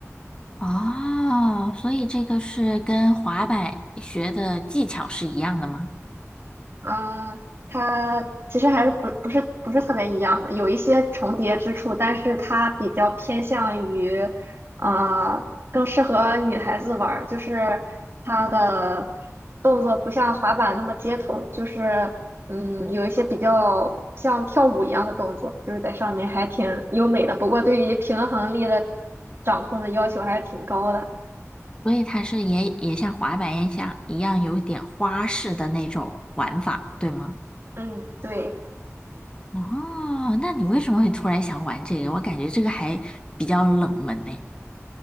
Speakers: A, on the left (about 20°); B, on the right (about 45°).
A: 哦，所以这个是跟滑板学的技巧是一样的吗？
B: 嗯，它其实还是不不是不是特别一样的，有一些重叠之处，但是它比较偏向于，呃，更适合女孩子玩儿，就是它的动作不像滑板那么街头，就是嗯，有一些比较像跳舞一样的动作，就是在上面还挺优美的，不过对于平衡力的掌控的要求还是挺高的。
A: 所以它是也也像滑板一样一样有点花式的那种玩法，对吗？
B: 嗯，对。
A: 哦，那你为什么会突然想玩这个？我感觉这个还比较冷门呢。